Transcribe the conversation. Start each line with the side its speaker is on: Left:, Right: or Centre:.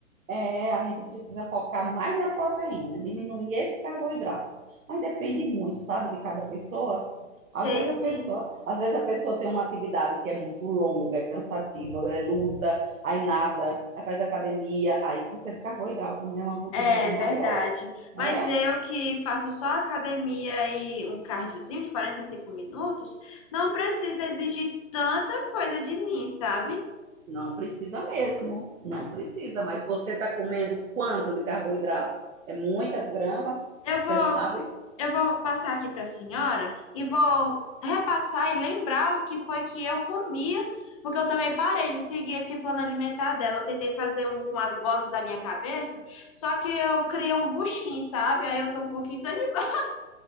Right: é, a gente precisa focar mais na proteína, diminuir esse carboidrato. Mas depende muito, sabe, de cada pessoa. Às
Left: Sei
Right: vezes
Left: sim.
Right: a pessoa, às vezes a pessoa tem uma atividade que é muito longa, é cansativa, é luta, aí nada, aí faz academia, aí precisa de carboidrato, né? É Uma quantidade
Left: É
Right: maior,
Left: verdade.
Right: né?
Left: Mas eu que faço só academia e um cardiozinho de 45 minutos, não precisa exigir tanta coisa de mim, sabe?
Right: Não precisa mesmo, não precisa, mas você está comendo quanto de carboidrato? É muitas gramas,
Left: Eu vou,
Right: você sabe?
Left: eu vou passar aqui para a senhora e vou repassar e lembrar o que foi que eu comia, porque eu também parei de seguir esse plano alimentar dela. Eu tentei fazer um com as vozes da minha cabeça, só que eu criei um buchinho, sabe? Aí eu tô um pouquinho desanimada.